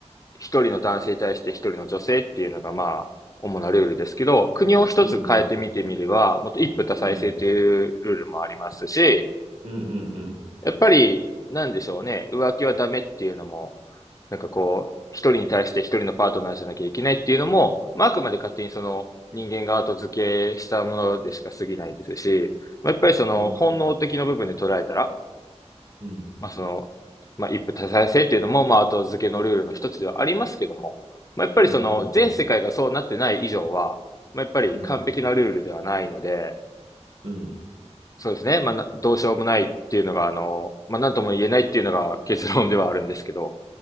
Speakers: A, on the left (about 30°); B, on the right (about 65°).
A: 一人の男性に対して一人の女性っていうのがまあ、主なルールですけど、国を一つ変えてみてみれば、
B: うんうん
A: もっと一夫多妻制というルールもありますし、
B: うんうんうんうん
A: やっぱり、なんでしょうね、浮気はダメっていうのも、なんかこう、一人に対して一人のパートナーじゃなきゃいけないっていうのも、まあ、あくまで勝手にその人間が後付けしたものでしか過ぎないですし、まあ、やっぱりその本能的な部分で捉えたら、
B: うんうんうんうん
A: まあ、その、まあ、一夫多妻制っていうのも、まあ、後付けのルールの一つではありますけども、まあ、やっぱりその全世界がそうなってない以上は、
B: うん
A: まあ、やっぱり完璧なルールではないので、
B: うんうん。うん。
A: そうですね。まあ、などうしようもないっていうのが、あの、まあ、なんとも言えないっていうのが結論ではあるんですけど。